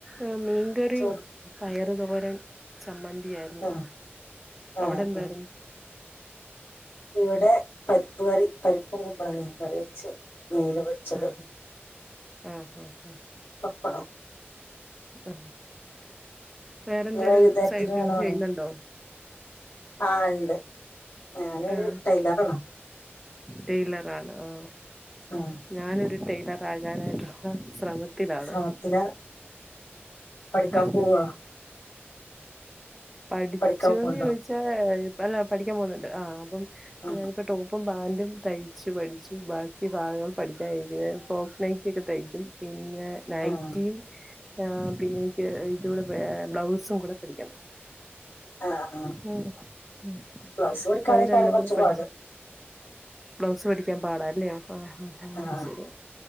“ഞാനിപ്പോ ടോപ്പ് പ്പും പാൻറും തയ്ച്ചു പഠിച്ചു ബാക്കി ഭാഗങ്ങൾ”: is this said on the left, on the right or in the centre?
Centre